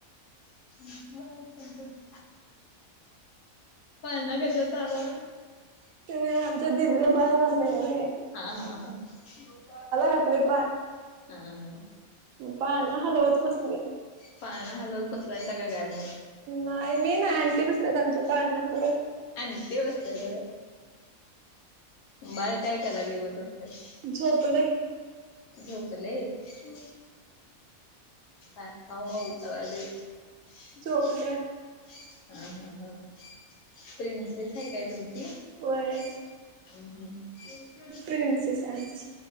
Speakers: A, on the left; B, on the right.
A: <unintelligible>
B: <unintelligible>
A: पाळणा कशात हलवला?
B: ते आमच्या दिदीला बाळ झालेल नाहिये होय.
A: हा हा हा <unintelligible>
B: घातलय
A: हा हा
B: पळना हलवत बसलिया
A: पाळना हलवत बसलायसा का काय मग?
B: नाही मी नाही आंटी बसल्यात आमच्या पाळणा हलवत
A: आंटी बसल्यात होय. बाळ काय करालय म तुमच
B: झोपलय
A: झो झोपलय हम्म अ आऊ आऊ करालय
B: झोपल्या
A: झोपल हा हा हा प्रिन्स तेच हाय काय तुमची होय
B: व्हय
A: हम्म हम्म <unintelligible>
B: प्रिंसेस चान्स